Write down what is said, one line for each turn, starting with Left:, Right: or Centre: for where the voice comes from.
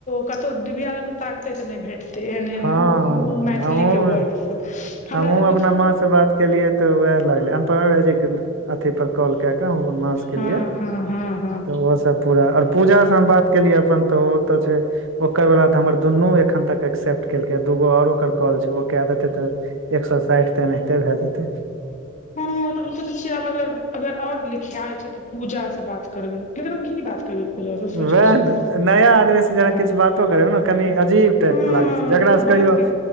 Left: कतहु डिबिया लग के ताकते तऽ नहि भेटतै। एहन एहन
Right: हँ
Left: मैथिली
Right: हमहुँ
Left: के वर्ड सब हमरा
Right: हमहुँ
Left: सब
Right: माँ से बात केलिे ते वएह लागले अनप भैजी के अथी पर कॉल कय क। माँ स केलियै
Left: हँ हँ हँ हँ हँ
Right: त ओहो सब पूरा पूजा से हम बात केलियै अपन तऽ ओ तऽ छैय ओकर बला तऽ हमर दुनू एखन तक एक्सेप्ट केलकैूगो आओर ओकर कॉल छै ओ क देतै त एक सए साठि तऽ एनाहिते भए जेतै।
Left: हँ तऽ हम सोचै छियै आब अगर अगर आओर लिखिया छै तऽ पूजा से बात करबै लेकिन हम की बात करबै। पूजासँ
Right: वएह
Left: सोचै छियै
Right: ने नया आदमी से जेना किछु बातो करे ने कनि अजीब टा
Left: हँ
Right: के लागै छैय जकास
Left: तऽ
Right: से
Left: बात
Right: कहियो
Left: की